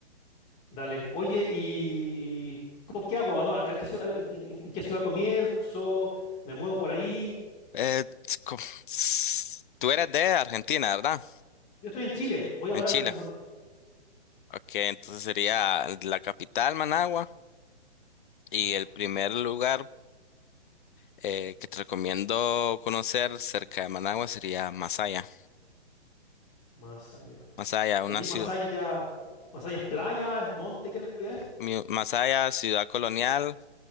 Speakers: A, on the left (about 20°); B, on the left (about 50°).
A: Dale. Oye, ¿y cómo- qué hago? ¿A dó- a qué ciudad- en, en- en- en qué ciudad comienzo? ¿Me muevo por ahí?
B: Eh, co- s- tú eres de Argentina, ¿verdad?
A: Yo estoy en Chile, voy a
B: En
A: volar
B: Chile.
A: desde Santa
B: Ok, entonces sería la capital, Managua, y
A: Ana,
B: el primer lugar eh, que te recomiendo conocer cerca de Managua sería Masaya.
A: más allá.
B: Masaya,
A: Oye,
B: una
A: ¿y
B: ciudad.
A: Masaya? ¿Masaya es playa? ¿Es monte? ¿Qué es? lo que es?
B: Mi- Masaya, ciudad colonial,